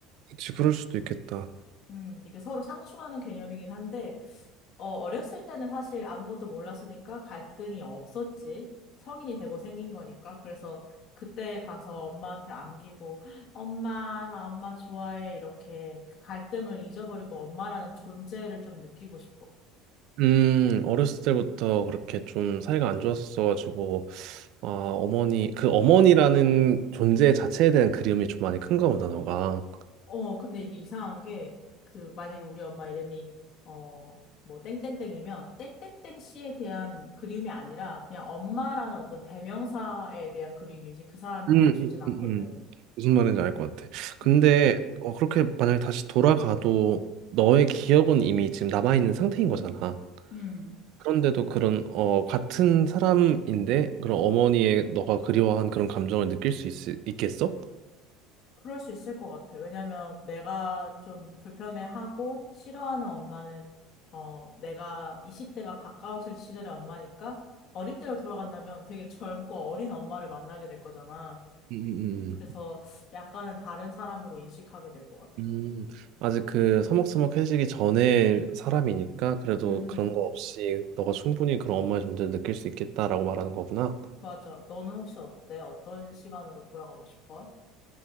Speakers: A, on the right; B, on the left.
A: 그치, 그럴 수도 있겠다.
B: 음, 이게 서로 상충하는 개념이긴 한데, 어, 어렸을 때는 사실 아무것도 몰랐으니까 갈등이 없었지. 성인이 되고 생긴 거니까. 그래서 그때 가서 엄마한테 안기고, 엄마, 나 엄마 좋아해. 이렇게 그 갈등을 잊어버리고 엄마라는 존재를 좀 느끼고 싶어.
A: 음, 어렸을 때부터 그렇게 좀 사이가 안 좋았었어가지고, 아, 어머니, 그 어머니라는 존재 자체에 대한 그리움이 좀 많이 큰가 보다, 너가.
B: 어, 근데 이게 이상한 게, 그, 만약에 우리 엄마 이름이, 어, 뭐, 땡땡땡이면, 땡땡땡 씨에 대한 그리움이 아니라, 그냥 엄마라는 어떤 대명사에 대한 그리움이지, 그 사람이
A: 음,
B: 보고
A: 음,
B: 싶진 않거든.
A: 음, 음. 무슨 말인지 알 것 같아. 근데
B: 음,
A: 어, 그렇게 만약에 다시 돌아가도 너의 기억은 이미 지금 남아있는 상태인 거잖아.
B: 음,
A: 그런데도 그런 어, 같은 사람인데 그런 어머니의 너가 그리워한 그런 감정을 느낄 수 있, 있겠어?
B: 그럴 수 있을 것 같아. 왜냐면, 내가 좀 불편해하고, 싫어하는 엄마는, 어, 내가 20대가 가까웠을 시절의 엄마니까, 어릴 때로 돌아간다면 되게 젊고 어린 엄마를 만나게 될 거잖아.
A: 음, 음,
B: 그래서
A: 음.
B: 약간은 다른 사람으로 인식하게 될 것 같아.
A: 음, 음, 아직 그 서먹서먹해지기 전에 사람이니까 그래도
B: 음,
A: 그런 거 없이 너가 충분히 그런 엄마의 존재를 느낄 수 있겠다라고 말하는 거구나.
B: 맞아. 너는 혹시 어때? 어떤 시간으로 돌아가고 싶어?